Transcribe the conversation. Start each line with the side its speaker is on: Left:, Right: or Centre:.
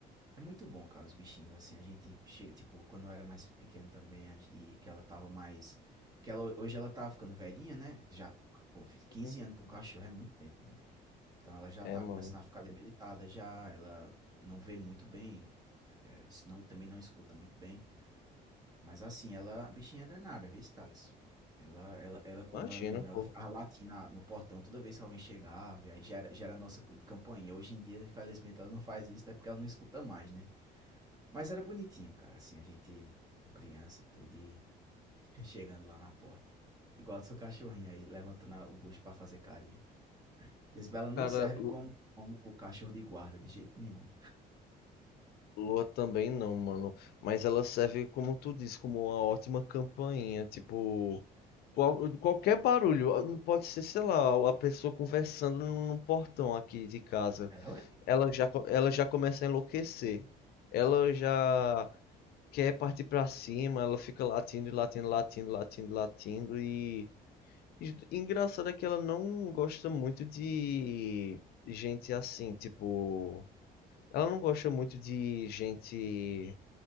Right: é muito bom, cara, os bichinhos. Assim, a gente chega, tipo, quando eu era mais pequeno também a- e que ela tava mais. Que ela, hoje ela tá ficando velhinha, né? Já, pô, 15
Left: uhum.
Right: anos pra um cachorro é muito tempo, né? Então ela já
Left: É,
Right: tá
Left: mano.
Right: começando a ficar debilitada já, ela não vê muito bem, eh, isso não, também não escuta muito bem. Mas assim, ela, a bichinha é danada, viu, Thales? Ela, ela, ela, quando
Left: Imagina,
Right: eu era menor,
Left: pô.
Right: ela ficava latindo na- no portão toda vez que alguém chegava, e aí já era, já era a nossa cam- campainha. Hoje em dia, infelizmente, ela não faz isso, até porque ela não escuta mais, né? Mas era bonitinho, cara, assim, a gente, eu criança e tudo, e <laughs> chegando lá na porta. Igual do seu cachorrinho aí, levantando a- o bucho pra fazer carinho. Lisbela não
Left: Cara,
Right: serve
Left: Lu-
Right: como, como o cachorro de guarda, de jeito nenhum.
Left: Lua também não, mano. Mas ela serve, como tu disse, como uma ótima campainha. Tipo, qual- qualquer barulho. ah, não Pode ser, sei lá, a pessoa conversando no no portão aqui de casa.
Right: Ela é. o-
Left: Ela já, co- ela já começa a enlouquecer. Ela já quer partir pra cima. Ela fica latindo, e latindo, latindo, latindo, latindo. E E- Engraçado é que ela não gosta muito de gente assim, tipo. Ela não gosta muito de gente